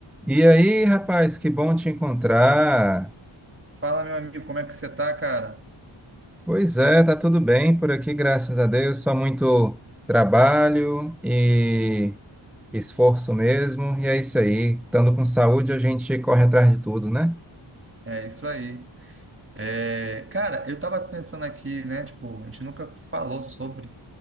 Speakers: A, in the centre; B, on the right.
A: E aí, rapaz, que bom te encontrar.
B: Fala, meu amigo, como é que você tá, cara?
A: Pois é, tá tudo bem por aqui, graças a Deus. Só muito trabalho e esforço mesmo. E é isso aí. Estando com saúde, a gente corre atrás de tudo, né?
B: É isso aí. É, cara, eu tava pensando aqui, né? Tipo, a gente nunca falou sobre